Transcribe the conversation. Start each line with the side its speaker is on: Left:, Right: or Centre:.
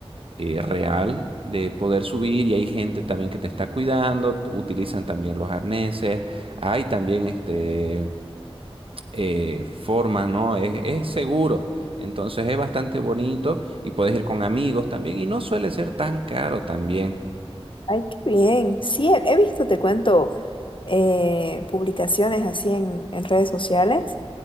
Right: eh, real de poder subir. Y hay gente también que te está cuidando. t- Utilizan también los arneses. Hay también este, eh, formas, ¿no? Es, es seguro. Entonces es bastante bonito y puedes ir con amigos también. Y no suele ser tan caro también.
Left: Ay, qué bien. Sí, he, he visto, te cuento, eh, publicaciones así en, en redes sociales